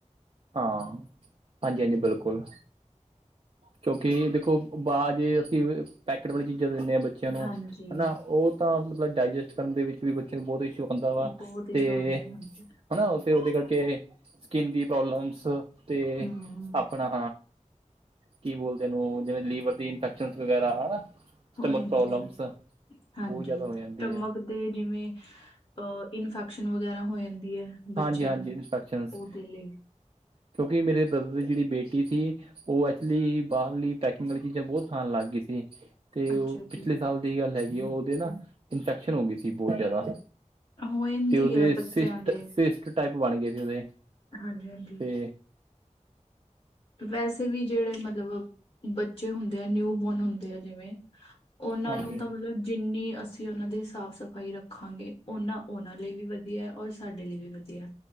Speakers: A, on the right (about 45°); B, on the left (about 50°).
A: ਹਾਂ, ਹਾਂਜੀ-ਹਾਂਜੀ, ਬਿਲਕੁਲ। ਕਿਉਂਕਿ ਦੇਖੋ, ਬਾਅਜ ਅਸੀਂ, ਪੈਕਟ ਵਾਲੀ ਚੀਜ਼ਾਂ ਦਿੰਨੇ ਹਾਂ ਬੱ ਬੱਚਿਆਂ ਨੂੰ,
B: ਹਾਂਜੀ,
A: ਹਨਾ। ਉਹ ਤਾਂ ਮਤਲਬ ਡਾਇਜੈਸਟ ਕਰਨ ਦੇ ਵਿੱਚ ਵੀ ਬੱਚਿਆਂ ਨੂੰ ਬਹੁਤ ਇਸ਼ੂ ਹੁੰਦਾ ਵਾ,
B: ਬਹੁਤ ਇਸ਼ੂ
A: ਤੇ
B: ਆਉਂਦੇ ਆ ਹਾਂਜੀ।
A: ਹਣਾ ਫਿਰ ਉਹਦੇ ਕਰਕੇ, ਸਕਿੰਨ ਦੀ ਪ੍ਰੋਬਲਮਸ ਤੇ,
B: ਹੂੰ,
A: ਆਪਣਾ ਕੀ ਬੋਲਦੇ ਓਨੂੰ, ਜਿਵੇਂ ਲੀਵਰ ਦੀ ਇਨਫੈਕਸ਼ਨ ਵਗੈਰਾ, ਹਨਾ। ਸਟਮਕ
B: ਹੋ ਜਾਂਦੀ
A: ਪ੍ਰੋਬਲਮਸ
B: ਆ, ਹਾਂਜੀ‌।
A: ਬਹੁਤ ਜ਼ਿਆਦਾ ਹੋ
B: ਸਟੱਮਕ
A: ਜਾਂਦੀ ਆ
B: ਤੇ ਜਿਵੇਂ, ਅ ਇਨਫੈਕਸ਼ਨ ਵਗੈਰਾ ਹੋ ਜਾਂਦੀ ਹੈ, ਬੱਚਿਆਂ
A: ਹਾਂਜੀ ਹਾਂਜੀ
B: ਨੂੰ।
A: ਇਨਫੈਕਸ਼ਨਸ
B: ਉਹਦੇ ਲੇ--ਡੀ
A: ਕਿਉਂਕਿ, ਮੇਰੇ ਬ੍ਰਦਰ ਦੀ ਜਿਹੜੀ ਬੇਟੀ ਸੀ ਉਹ ਐਕਚੁਲੀ, ਬਾਹਰਲੀ ਪੈਕਿੰਗ ਵਾਲੀ ਚੀਜ਼ਾਂ ਬਹੁਤ ਖਾਣ ਲੱਗ ਗਈ ਸੀ ਤੇ ਉਹ,
B: ਅੱਛਾ ਜੀ।
A: ਪਿਛਲੇ ਸਾਲ ਦੀ ਗੱਲ ਹੈਗੀ ਆ, ਉਹ ਉਹਦੇ ਨਾ ਇਨਫੈਕਸ਼ਨ ਹੋ ਗਈ ਸੀ, ਬਹੁਤ ਜ਼ਿਆਦਾ।
B: ਹੋ ਜਾਂਦੀ
A: ਤੇ ਉਹਦੇ,
B: ਆ
A: ਸਿਸ੍ਟ-ਸਿਸ੍ਟ
B: ਬੱਚਿਆਂ ਦੇ।
A: ਟਾਈਪ ਬਣਗਏ ਸੀ ਉਹਦੇ
B: ਹਾਂਜੀ-ਹਾਂਜੀ।
A: ਤੇ
B: ਵੈਸੇ ਵੀ ਜਿਹੜੇ ਮਤਲਬ ਬੱਚੇ ਹੁੰਦੇ ਆ, ਨਿਊ ਬੋਰਨ ਹੁੰਦੇ ਆ, ਜਿਵੇਂ ਉਹਨਾਂ
A: ਹਾਂਜੀ
B: ਨੂੰ ਤਾਂ ਮਤਲਬ, ਜਿੰਨੀ ਅਸੀਂ ਉਹਨਾਂ ਦੀ ਸਾਫ਼-ਸਫ਼ਾਈ ਰੱਖਾਂਗੇ, ਉਹਨਾਂ ਉਹਨਾਂ ਲਈ ਵੀ ਵਧੀਆ, ਔਰ ਸਾਡੇ ਲਈ ਵੀ ਵਧੀਆ।